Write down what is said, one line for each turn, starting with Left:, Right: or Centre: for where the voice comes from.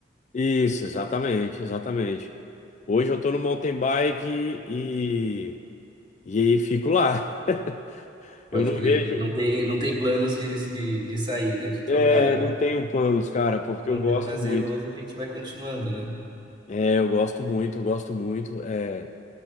Left: isso, exatamente, exatamente. Hoje eu tô no mountain bike e, e aí fico lá. <laughs>
Right: Pode
Left: Eu não
Right: crer.
Left: vejo,
Right: Não tem, não tem planos de, de, de sair, né? De trocar,
Left: é,
Right: né?
Left: não tenho planos, cara, porque
Right: Enquanto
Left: eu gosto
Right: é prazeroso,
Left: muito.
Right: a gente vai continuando, né?
Left: É, eu gosto muito, eu gosto muito. É,